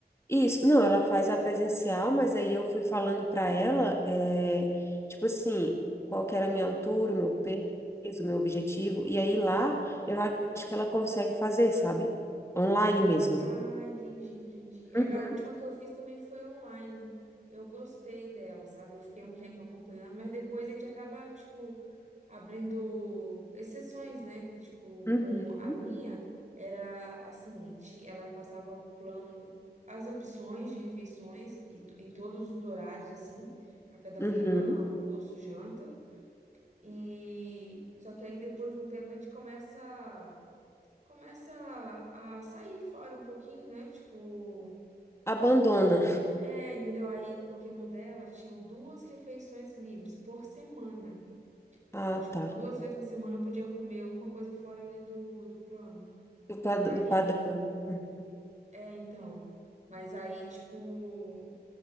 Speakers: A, on the left (about 15°); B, on the right (about 45°).
A: isso, não, ela faz a presencial, mas aí eu fui falando para ela, é, tipo assim, qual que era a minha altura, o meu peso, o meu objetivo. E aí lá eu acho que ela consegue fazer, sabe? Online mesmo.
B: Ah, entendi, entendi. É,
A: Uhum,
B: a última que eu fiz também foi online. Eu gostei dela, sabe? Eu fiquei um tempo acompanhando, mas depois a gente acaba, tipo, abrindo exceções, né? Que, tipo,
A: uhum,
B: com a minha, era assim, ti- ela passava o plano, as opções de refeições e to- em todos os horários, assim, café da
A: uhum.
B: manhã, almoço, janta. E só que aí depois de um tempo a gente começa começa a a sair fora um pouquinho, né? Tipo,
A: Abandona.
B: é, entendeu? Aí, porque no dela tinha duas refeições livres por semana.
A: Ah,
B: Então, tipo,
A: tá.
B: duas vezes na semana eu podia comer alguma coisa fora ali do, do plano.
A: Do, pad-
B: Mas,
A: do padrão. Uhum.
B: é, então. Mas aí, tipo,